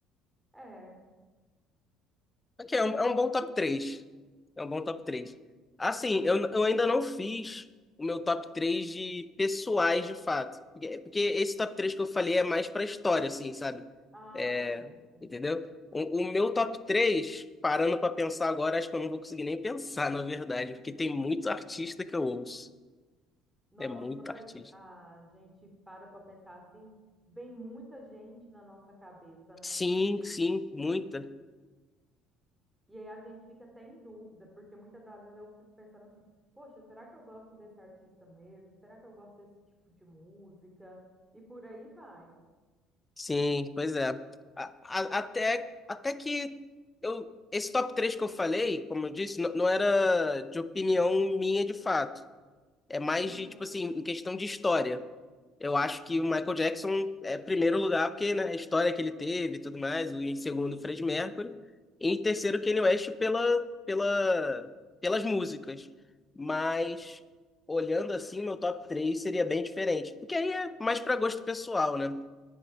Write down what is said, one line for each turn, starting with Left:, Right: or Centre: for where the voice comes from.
Centre: É.
Left: Ok, é um, é um bom top 3. É um bom top 3. Assim, eu, eu ainda não fiz o meu top 3 de pessoais, de fato. Porque, porque esse top 3 que eu falei é mais pra história, assim, sabe?
Centre: Ah,
Left: É,
Centre: sim, sim.
Left: entendeu? O, o meu top 3, parando pra pensar agora, acho que eu não vou conseguir nem pensar, <laughs> na verdade. Porque tem muito artista que eu ouço.
Centre: Nossa,
Left: É muito
Centre: e quando
Left: artista.
Centre: a, ge- a gente para para pensar assim, vem muita gente na nossa cabeça, né?
Left: Sim, sim, muita.
Centre: E aí a gente fica até em dúvida, porque muitas das vezes eu fico pensando assim, poxa, será que eu gosto desse artista mesmo? Será que eu gosto desse tipo de música? E por aí vai.
Left: Sim, pois é. A- a- até, até que eu, esse top 3 que eu falei, como eu disse, n- não era de opinião minha de fato. É mais
Centre: Uhum,
Left: de, tipo assim, em questão de história. Eu acho que o Michael Jackson é primeiro lugar, porque, né, a história que ele teve e tudo mais, o- em segundo, o Freddie Mercury, e em terceiro, o Kanye West pela, pela, pelas músicas. Mas, olhando assim, meu top 3 seria bem diferente. Porque aí é mais para gosto pessoal, né?